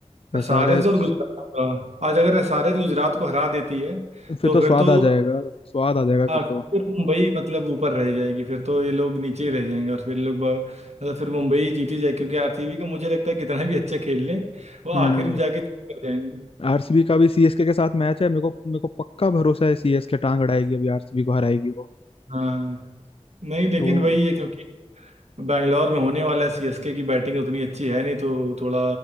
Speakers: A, on the right; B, on the left.
A: एसआरएच
B: एसआरएच
A: और गुजरात का आज अगर एसआरएच गुजरात को हरा देती है
B: फिर
A: तो
B: तो
A: फिर
B: स्वाद
A: तो
B: आ जाएगा स्वाद आ जाएगा फिर
A: आरसीबी
B: तो
A: और मुंबई मतलब ऊपर रह जाएगी फिर तो ये लोग नीचे ही रह जाएंगे और फिर लोग ब- मतलब फिर मुंबई ही जीती जाएगी क्योंकि आरसीबी का मुझे लगता है कितना भी अच्छा खेल लें वो आखिर
B: हम्म
A: में जाके चुप कर जाएंगे
B: आरसीबी का भी सीएसके के साथ मैच है मेरे को मेरे को पक्का भरोसा है सीएसके टांग अड़ाएगी अभी आरसीबी को हराएगी वो
A: हाँ नहीं लेकिन
B: तो वो-
A: वही है क्योंकि बैंगलोर में होने वाला सीएसके की बैटिंग उतनी अच्छी है नहीं तो थोड़ा